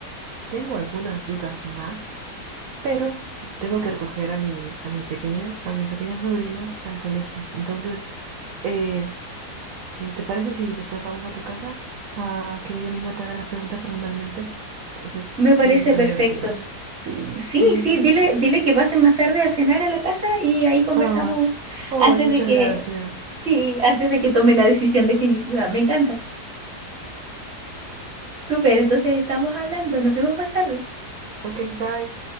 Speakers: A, on the right; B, on the right.
A: Tengo algunas dudas más, pero tengo que recoger a mi, a mi pequeña, a mi pequeña sobrina al colegio. Entonces, eh, Eh, ¿te parece si después vamos a tu casa a que ella misma te haga las preguntas personalmente? Entonces,
B: Me parece
A: yo ya me tengo
B: perfecto.
A: que retirar. <laughs> Sí,
B: Sí,
A: sí, sí,
B: sí,
A: sí,
B: dile,
A: sí, sí, sí.
B: dile que pasen más tarde a cenar a la casa y ahí conversamos
A: Ah, ay,
B: antes
A: muchas
B: de que,
A: gracias.
B: sí, antes de que tome la decisión definitiva. Me encanta. Súper, entonces estamos hablando. Nos vemos más tarde.
A: Ok, bye.